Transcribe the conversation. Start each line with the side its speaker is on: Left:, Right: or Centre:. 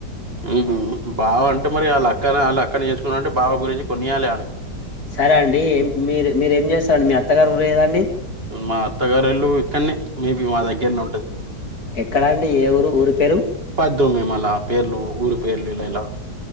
Right: హ్మ్ బావ అంటే మరి వాళ్ళ అక్కన వాళ్ళ అక్కన చేసుకున్నా అంటే బావ గురించి కొనియాలి అని
Left: సరే అండి మీరు మీరు ఏం చేస్తారండి మీ అత్తగారు ఊరు ఎదండి
Right: మా అత్తగారిల్ళు ఇక్కడనే మేబి మా దగ్గరనే ఉంటది
Left: ఎక్కడా అండి ఏ ఊరు ఊరి పేరు
Right: దో మేము అలా పేర్లు ఊరు పేర్లు ఇల ఇలా